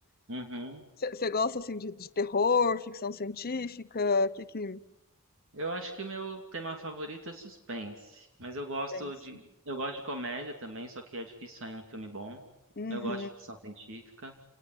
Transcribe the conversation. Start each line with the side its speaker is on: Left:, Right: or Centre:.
Right: Uhum.
Left: Você gosta, assim, de, de terror, ficção científica? O que que
Right: Eu acho que meu tema favorito é suspense, mas eu gosto
Left: pensa?
Right: de eu gosto de comédia também, só que é difícil sair um filme bom.
Left: Uhum,
Right: Eu gosto de ficção científica.